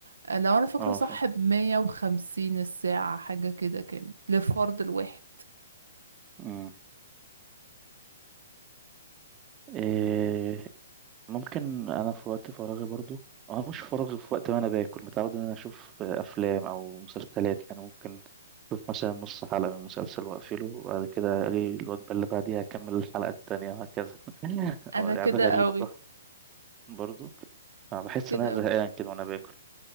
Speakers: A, on the right; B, on the right.
A: آه، لو أنا فاكرة
B: اه
A: صح
B: فاهم
A: بمية وخمسين الساعة حاجة كده كانت للفرد الواحد
B: أمم. إيه ممكن أنا في وقت فراغي برضو أنا مش فراغي في وقت ما أنا باكل متعود إن أنا أشوف أفلام أو مسلسلات يعني ممكن أشوف مثلا نص حلقة من مسلسل وأقفله وبعد كده أجي الوجبة اللي بعديها أكمل الحلقة التانية وهكذا <laughs>
A: أنا
B: هو دي
A: كده
B: عادة غريبة
A: قوي
B: صح برضو أنا بحس
A: كده
B: إن أنا زهقان
A: قوي
B: كده وأنا باكل